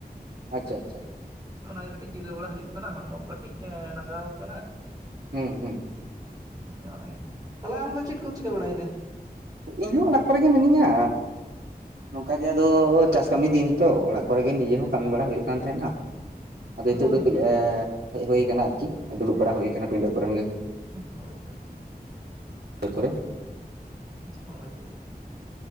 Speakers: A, on the right; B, on the right.
A: ᱟᱪᱪᱷᱟ ᱟᱪᱪᱷᱟ
B: ᱚᱱᱟᱜᱮ ᱠᱟᱹᱴᱤᱡ ᱡᱤᱨᱟᱹᱣ ᱵᱟᱲᱟ ᱦᱩᱭᱩᱜ ᱠᱟᱱᱟ ᱦᱚᱲᱢᱚ ᱠᱚ ᱠᱟᱹᱴᱤᱡ ᱮᱸ ᱞᱟᱜᱟᱣ ᱟᱠᱟᱱᱟ᱾
A: ᱦᱩᱸᱸ ᱦᱩᱸ᱾
B: ᱦᱳᱭ, ᱛᱟᱦᱚᱞᱮ ᱟᱢᱫᱚ ᱪᱮᱫ ᱠᱚᱢ ᱪᱤᱠᱟᱹ ᱵᱟᱲᱟᱭᱮᱫᱟ?
A: ᱤᱧᱦᱚᱸ ᱚᱲᱟᱜ ᱠᱚᱨᱮᱜ ᱜᱮ ᱢᱤᱱᱟᱹᱧᱟᱻ ᱱᱚᱝᱠᱟ ᱜᱮ ᱟᱫᱚᱻ ᱪᱟᱥ ᱠᱟᱹᱢᱤ ᱫᱤᱱ ᱛᱚ, ᱚᱲᱟᱜ ᱠᱚᱨᱮ ᱜᱮ ᱱᱤᱡᱮ ᱦᱚᱸ ᱠᱟᱹᱢᱤ ᱵᱟᱲᱟ ᱦᱩᱭᱩᱜ ᱠᱟᱱ ᱛᱟᱦᱮᱸᱫ-ᱟ᱾ ᱟᱫᱚ ᱱᱤᱛᱳᱜ
B: ᱦᱳᱭ
A: ᱫᱚ ᱠᱟᱹᱡ
B: ᱦᱳᱭ
A: ᱦᱮᱡ ᱦᱩᱭᱟᱠᱟᱱᱟ ᱟᱨᱠᱤ ᱫᱩᱲᱩᱵ ᱵᱟᱲᱟ ᱦᱩᱭᱩᱠᱟᱱᱟ ᱯᱤᱸᱰᱟᱹ ᱠᱚᱨᱮ ᱜᱮ
B: ᱦᱳᱭ ᱛᱚ
A: ᱟᱹᱨ ᱠᱚᱨᱮ
B: ᱦᱳᱭ ᱦᱳᱭ